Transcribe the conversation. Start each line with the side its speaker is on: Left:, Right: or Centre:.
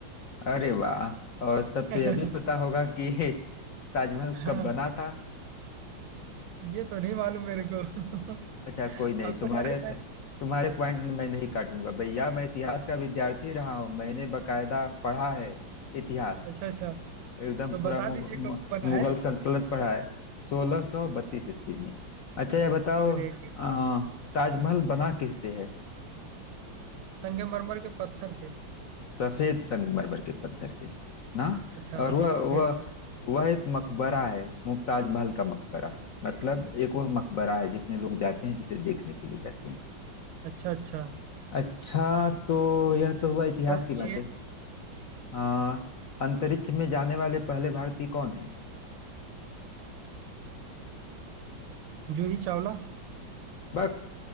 Left: अरे वाह और तब
Right: <laughs>
Left: तो यह भी पता होगा कि <laughs> ताजमहल
Right: हाँ
Left: कब बना था
Right: ये तो नहीं मालूम मेरे को
Left: अच्छा
Right: <laughs>
Left: कोई नहीं
Right: आपको
Left: तुम्हारे
Right: मालूम है
Left: तुम्हारे पॉइंट मैं नहीं काटूंगा भैया मैं इतिहास का विद्यार्थी रहा हूँ मैंने बकायदा पढ़ा है इतिहास
Right: अच्छा अच्छा
Left: एकदम
Right: तो
Left: पूरा
Right: बता
Left: मुग,
Right: दीजिए
Left: मु-
Right: कब बना है
Left: मुगल सल्तनत पढ़ा है सोलह सौ बत्तीस ईस्वी में अच्छा ये बताओ
Right: अरे गजब
Left: आ, ताजमहल बना किससे है
Right: संगमरमर के पत्थर से
Left: सफेद संगमरमर के पत्थर से ना
Right: अच्छा
Left: और
Right: हाँ
Left: वह
Right: सफेद
Left: वह
Right: संगमरमर
Left: वह एक मकबरा है मुमताज महल का मकबरा मतलब एक वह मकबरा है जिसमें लोग जाते हैं जिसे देखने के लिए जाते हैं
Right: अच्छा अच्छा
Left: अच्छा तो यह तो हुआ इतिहास
Right: और पूछिए
Left: की बातें हाँ अंतरिक्ष में जाने वाले पहले भारतीय कौन है
Right: जूही चावला
Left: बस